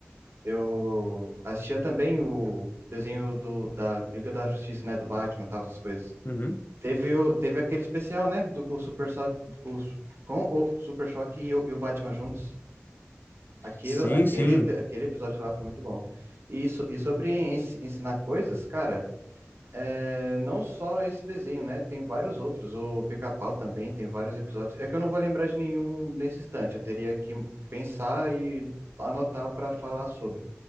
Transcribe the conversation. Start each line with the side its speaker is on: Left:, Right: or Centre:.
Right: Eu assistia também o desenho do, da Liga da Justiça, né? Do Batman e tal, essas coisas.
Left: Uhum.
Right: Teve, o, teve aquele especial, né? Do com o Super Choque, com, o- com o Super Choque e o, e o Batman juntos. Aquilo,
Left: Sim,
Right: aquele,
Left: sim.
Right: aquele episódio lá foi muito bom. E, so- e sobre ens- ensinar coisas, cara. É, não só esse desenho, né? Tem vários outros. O Pica-Pau também tem vários episódios. É que eu não vou lembrar de nenhum nesse instante. Eu teria que pensar e anotar para falar sobre.